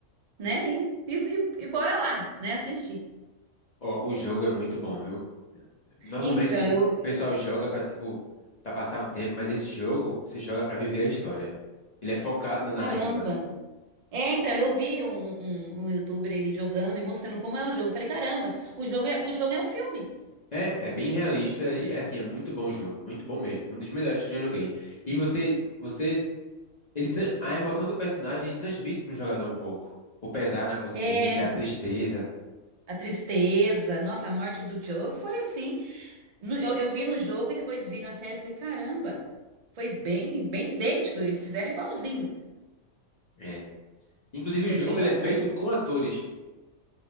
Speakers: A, on the right; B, on the left.
A: né? E, e, e- e bora lá, né? Assistir.
B: Ó, o jogo é muito bom, viu? Normalmente
A: Então,
B: o
A: eu.
B: pessoal joga pra tipo para passar um tempo, mas esse jogo você joga pra viver a história. Ele é focado na
A: Caramba!
B: narrativa.
A: É, então, eu vi um, um, um youtuber ele jogando e mostrando como é o jogo. Eu Falei, caramba, o jogo é, o jogo é um filme.
B: É, é bem realista e é assim, é muito bom o jogo, muito bom mesmo, um dos melhores que eu já joguei. E você, você, ele tra- a emoção do personagem ele transmite pro jogador um pouco, o pesar na consciência,
A: É.
B: a tristeza.
A: A tristeza, nossa, a morte do Joe foi assim. No- eu, eu vi no jogo e depois vi na série. eu Falei, caramba, foi bem, bem idêntico. E fizeram igualzinho.
B: É. Inclusive
A: Foi
B: o jogo
A: bem
B: ele
A: bacana.
B: é feito com atores.